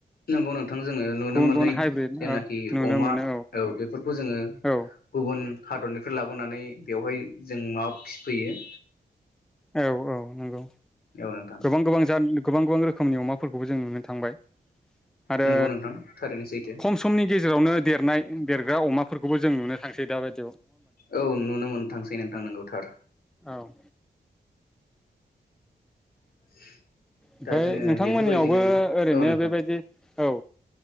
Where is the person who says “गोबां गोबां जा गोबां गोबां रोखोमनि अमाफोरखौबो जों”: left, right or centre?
Centre